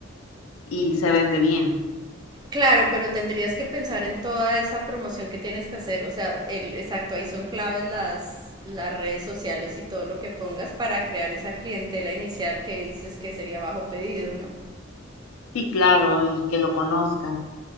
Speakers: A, on the left; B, on the right.
A: y se vende bien.
B: Claro, pero tendrías que pensar en toda esa promoción que tienes que hacer. O sea, el, exacto, ahí son claves las, las redes sociales y todo lo que pongas para crear esa clientela inicial que dices que sería bajo pedido, ¿no?
A: Sí, claro, y que lo conozcan,